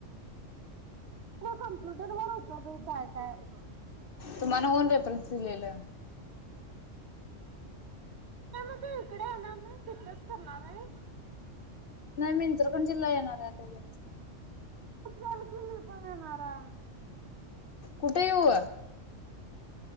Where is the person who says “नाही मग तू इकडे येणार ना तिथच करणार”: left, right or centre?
Right